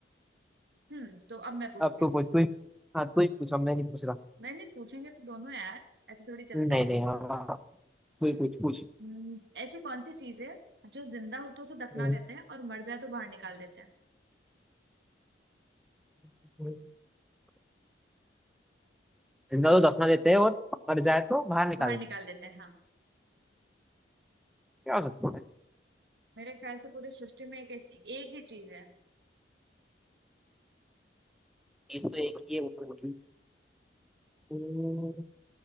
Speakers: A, on the right; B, in the centre.
A: हम्म तो अब मैं पूछती
B: अब तू
A: हूँ
B: पूछ तू ही हाँ तू ही पूछ अब मैं नहीं पूछ रहा
A: नहीं नहीं पूछेंगे तो दोनों यार ऐसे थोड़ी चलता
B: नहीं
A: है
B: नहीं हाँ हाँ, तू ही पूछ पूछ
A: हम्म, ऐसी कौन सी चीज है जो जिंदा हो तो उसे दफना
B: हम्म,
A: देते हैं और मर जाए तो बाहर निकाल देते हैं
B: हम्म। जिंदा तो दफना देते हैं और मर जाए तो बाहर निकाल
A: बाहर निकाल
B: देते हैं
A: देते हैं हाँ
B: क्या हो सकता है
A: मेरे ख्याल से पूरी सृष्टि में एक ऐसी एक ही चीज है
B: चीज तो एक ही है वो तो वही। हम्म,